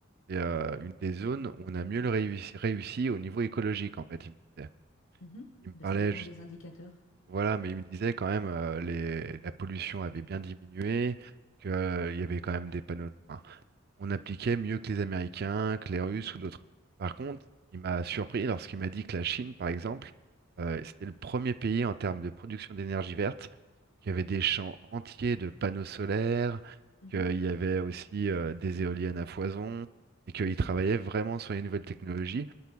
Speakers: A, on the right (about 50°); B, on the left (about 85°).
A: c'est euh, une des zones où on a mieux le réussi, réussi au niveau écologique, en fait, il me disait.
B: mhm.
A: Il me
B: Bah,
A: parlait
B: ça dépend
A: juste,
B: des indicateurs.
A: voilà, mais il me disait quand même euh, les, la pollution avait bien diminué, qu'il y avait quand même des panneaux. enfin, on appliquait mieux que les Américains, que les Russes ou d'autres. Par contre, il m'a surpris lorsqu'il m'a dit que la Chine, par exemple, euh, c'était le premier pays en termes de production d'énergie verte, qu'il y avait des champs entiers de panneaux solaires,
B: Mhm,
A: qu'il y avait aussi euh, des éoliennes à foison, et qu'ils
B: mhm,
A: travaillaient vraiment sur les nouvelles technologies